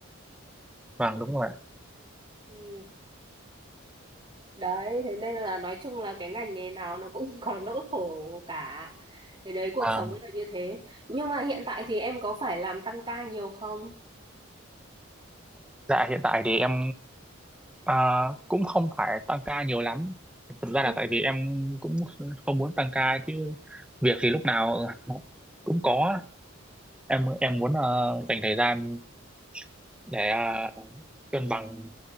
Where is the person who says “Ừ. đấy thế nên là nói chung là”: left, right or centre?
Right